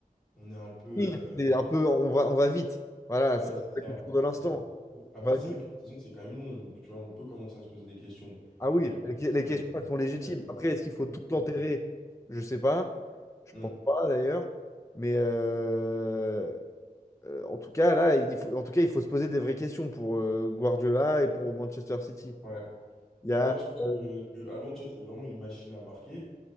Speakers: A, in the centre; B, on the left.
A: on est un peu.
B: Oui,
A: euh,
B: C'est un peu, on va, on va vite. Voilà,
A: Ouais,
B: c'est
A: c'est
B: un peu
A: ça.
B: la culture de l'instant.
A: Parce que- Après,
B: On va
A: c'est
B: vite.
A: vrai que la saison, c'est quand même long. Donc, tu vois, on peut commencer à se poser des questions.
B: Ah oui,
A: Mais,
B: les que- les
A: ouais,
B: questions,
A: c'est
B: elles sont légitimes.
A: quand même.
B: Après, est-ce qu'il faut
A: ouais,
B: tout
A: c'est
B: enterrer?
A: ça.
B: Je sais pas. Je
A: Hmm,
B: pense pas d'ailleurs. Mais euh, euh, en tout cas, là, il faut, en tout cas, il faut se poser des vraies questions pour euh, Guardiola et pour Manchester City.
A: ouais.
B: Il y
A: Non,
B: a,
A: moi je pense
B: euh,
A: que, que Haaland, tu vois, c'est vraiment une machine à marquer,